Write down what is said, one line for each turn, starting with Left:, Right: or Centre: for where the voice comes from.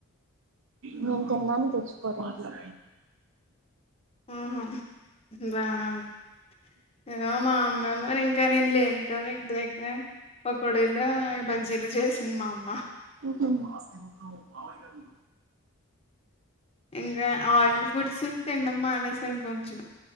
Right: నేం
Left: ఉమ్.
Right: తిననని తెచ్చుకోరు ఇంట్లో
Left: ఆహ బానేఉంది ఇగోమ మెమోన్ ఇంకా నేను లేను కదా ఇంటి దగ్గర కొడేలా బజ్జిలు చేసింది మా అమ్మ
Right: ఉమ్ ఆస్తి మొత్తం బావ గదు
Left: ఇంకా ఆయిల్ ఫుడ్స్ తినడం మానేసాను కొంచెం